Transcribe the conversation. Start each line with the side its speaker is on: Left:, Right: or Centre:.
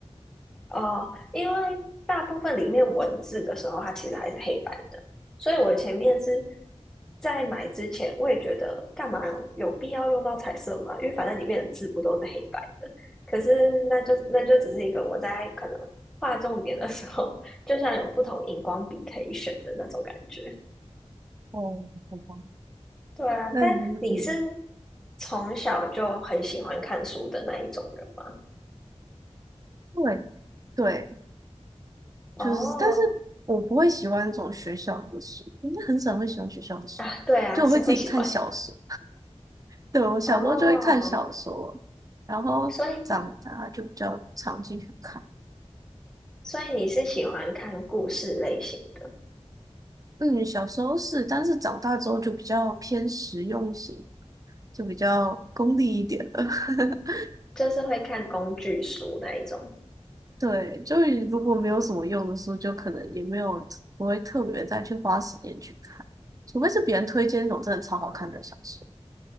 Centre: 哦，因为大部分里面文字的时候，它其实还是黑白的，所以我前面是在买之前，我也觉得干嘛有必要用到彩色吗？因为反正里面的字不都是黑白的。可是那就那就只是一个我在可能画重点的时候，就像有不同荧光笔可以选的那种感觉。
Right: 哦，好吧，
Centre: 对啊，但你是
Right: 那你嗯，
Centre: 从小就很喜欢看书的那一种人吗？
Right: 对对，
Centre: 哦，
Right: 就是，但是我不会喜欢这种学校的书，应该很少会喜欢学校的书吧？
Centre: 啊，对啊，
Right: 就我会自己看小说。
Centre: 谁会喜欢？
Right: 对，我小时候就会看小说，
Centre: 哦，
Right: 然后长大就比较常进去看。
Centre: 所以所以你是喜欢看故事类型的，
Right: 嗯，小时候是，但是长大之后就比较偏实用型，就比较功利一点了。<laughs>
Centre: 就是会看工具书那一种。
Right: 对，就是如果没有什么用的书，就可能也没有不会特别再去花时间去看，除非是别人推荐那种真的超好看的小说。